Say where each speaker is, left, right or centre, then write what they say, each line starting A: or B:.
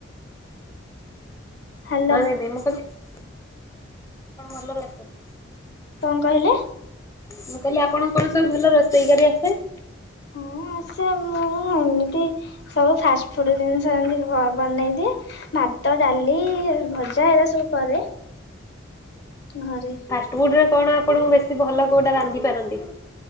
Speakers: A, on the left; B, on the left.
A: ହାଲୋ
B: ହଁ ଦିଦି ମୁଁ କହିଲି ଆପଣଙ୍କୁ ଭଲ ଆସେ।
A: କଣ କହିଲେ?
B: ମୁଁ କହିଲି ଆପଣଙ୍କୁ କଣ ସବୁ ଭଲ ରୋଷେଇ କରି ଆସେ?
A: ହଁ ଆସେ ମୋର ଏମିତି ସବୁ ଫାଷ୍ଟଫୁଡ଼୍ ଜିନିଷ ଯେମତି ଘ ବନେଇ ଦିଏ। ଭାତ, ଡାଲି, ଭଜା ଏରା ସବୁ କରେ। ଘରେ।
B: ଫାଷ୍ଟଫୁଡ ରେ କଣ ଆପଣଙ୍କୁ ବେଶୀ ଭଲ କୋଉଟା ରାନ୍ଧି ପାରନ୍ତି?